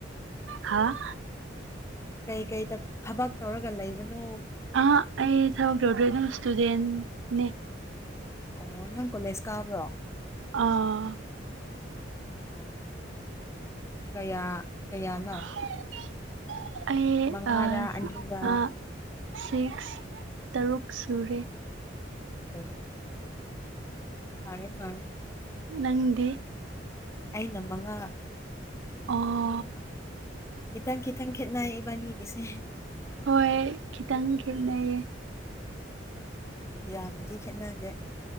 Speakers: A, on the right; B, on the left.
A: ꯍꯥꯥ
B: ꯀꯩ ꯀꯩ ꯊꯕꯛ ꯇꯧꯔꯒ ꯂꯩꯕꯅꯣ꯫
A: ꯑꯍ ꯑꯩ ꯊꯕꯛ ꯇꯧꯗ꯭ꯔꯤ ꯑꯗꯨꯝ ꯏꯁ꯭ꯇꯨꯗꯦꯟꯠ ꯅꯦ
B: ꯑꯣ ꯅꯪ ꯀꯣꯂꯦꯖ ꯀꯥꯕ꯭ꯔꯣ
A: ꯑꯥ
B: ꯑꯣ ꯀꯌꯥ ꯀꯌꯥꯅꯣ
A: <unintelligible> ꯑꯩ
B: ꯃꯉꯥꯔ
A: ꯑꯁ
B: ꯑꯅꯤꯔ
A: ꯑ ꯁꯤꯛꯁ ꯇꯔꯨꯛ ꯁꯨꯔꯦ꯫
B: ꯑꯣ ꯐꯔꯦ ꯐꯔꯦ
A: ꯅꯪꯗꯤ
B: ꯑꯩꯅ ꯃꯉꯥ
A: ꯑꯣ
B: ꯈꯤꯇꯪ ꯈꯤꯇꯪ ꯈꯦꯠꯅꯩ ꯏꯕꯥꯅꯤꯒꯤꯁꯦ
A: ꯍꯣꯏ ꯈꯤꯇꯪ ꯈꯦꯠꯅꯩꯌꯦ
B: ꯌꯥꯝꯅꯗꯤ ꯈꯦꯠꯅꯗꯦ꯫